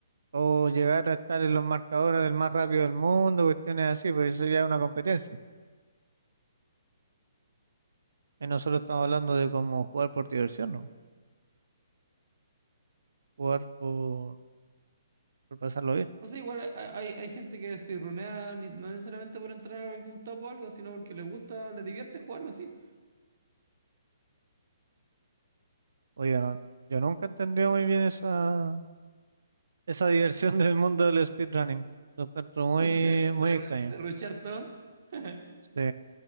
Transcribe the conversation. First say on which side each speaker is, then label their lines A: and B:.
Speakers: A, on the right; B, on the right.
A: O llegar a estar en los marcadores del más rápido del mundo, cuestiones así, pues eso ya es una competencia. Y nosotros estamos hablando de cómo jugar por diversión, ¿no? Jugar por, por pasarlo bien.
B: O sea, igual hay, hay hay gente que speedrunea ni- no necesariamente por entrar a algún top o algo, sino porque les gusta, le divierte jugarlo así.
A: Oye, no, yo nunca entendí muy bien esa, esa diversión <laughs> del mundo del speedrunning. Lo encuentro muy,
B: <laughs> de,
A: muy
B: de,
A: extraño.
B: derrochar todo. <laughs>
A: Sí,